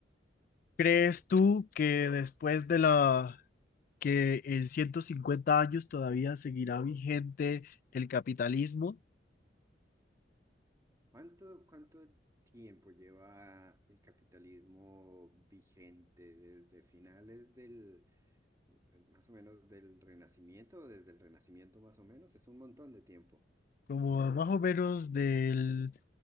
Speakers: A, on the left; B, on the right.
A: ¿Crees tú que después de la... que en 150 años todavía seguirá vigente el capitalismo?
B: ¿Cuánto, cuánto tiempo lleva el capitalismo vigente desde finales del, eh, más o menos del Renacimiento, o desde el Renacimiento más o menos? Es un montón de tiempo.
A: Como
B: Eh,
A: más o menos del...